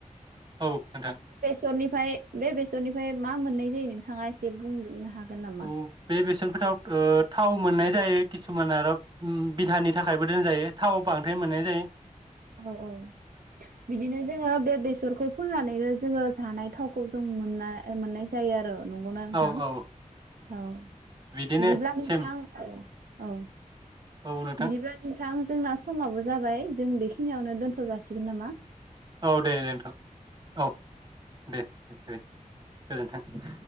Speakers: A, on the right; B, on the right.
A: औ नोंथां
B: सरनिफ्राय बे बेसरनिफ्राय मा मोननाय जायो नोंथाङा एसे बुंनो हागोन नामा?
A: औ बे बेसेरनिफ्रायथ ओ थाव मोननाय जायो किसुमान आरो उम बिधानि थाखायबो दोनजायो थाव बांद्राय मोननाय जायो ।
B: औ औ बिदिनो जोङो बे बेसरखौ फोनानैनो जोङो जानाय थावखौ जों मोन मोननाय जायो आरो नंगौना नोंथां
A: औ औ
B: औ
A: बिदिनो
B: बिदिब्ला नोंथां
A: सेम
B: औ औ
A: औ नोंथां
B: बिदिब्ला नोंथां जोंना समाबो जाबाय जों बे खिनियावनो दोनथ' जासिगोन नामा
A: औ दे नोंथां औ दे दे दे गोजोनथों